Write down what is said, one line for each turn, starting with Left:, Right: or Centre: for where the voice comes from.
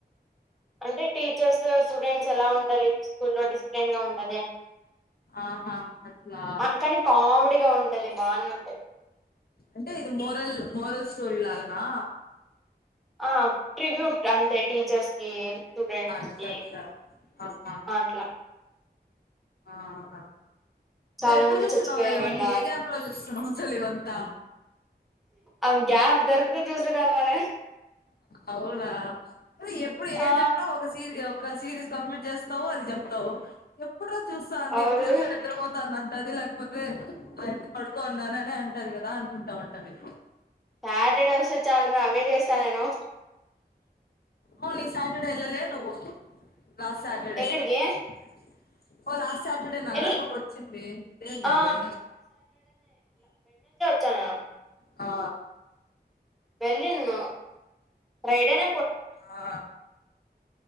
Centre: అంటే టీచర్స్ స్టూడెంట్స్ ఎలా ఉండాలి స్కూల్లో డిసిప్లిన్ గా ఉండద
Left: ఆహా అట్లా
Centre: అని కానీ కామెడీగా ఉంటది బానే ఉంటది
Left: అంటే ఇది మోరల్ మోరల్ స్టోరీ లాగానా
Centre: ఆ ట్రిబ్యూట్ అంతే టీచర్స్ కి స్టూడెంట్స్
Left: అచ్చా
Centre: కి
Left: అచ్చా ఆహా
Centre: మాట్లా
Left: ఆహా
Centre: చాలా
Left: ఎప్పుడు
Centre: మంది
Left: చూస్తున్నావురా
Centre: చచ్చిపోయారు
Left: ఇవన్నీ
Centre: ఇలా
Left: ఏ
Centre: అని
Left: గ్యాప్ లో చూస్తున్నా చలివంత
Centre: అ గ్యాప్ దొరికితే చూసిన మన
Left: అవునా అ ఎప్పుడు ఏం
Centre: ఆ
Left: చెప్పిన ఒక సీరి ఒక సిరీస్ కంప్లీట్ చేస్తావు అది చెప్తావు ఎప్పుడు చూస్తా అంది
Centre: అవును
Left: ఎప్పుడు చూసా నిద్రపోతాంది ది లేకపోతే అయితే పడుకోన్నాను అని అంటాది కదా అనుకుంటా ఉంటఅండి
Centre: సాటర్డే వస్తే చాలురా అవే చేస్తా నేను
Left: అవును ఈ సాటర్డే ఎల్లలే నువ్వు లాస్ట్ సాటర్డేలాస్
Centre: ఎక్కడికి
Left: సాటర్డే నా
Centre: ఎల్
Left: కదా నువ్వు వచ్చింది లేద్ లేదు
Centre: ఆ
Left: వెే
Centre: చనా
Left: ఆ
Centre: వెళ్ళంది మా రైడిన
Left: ఆ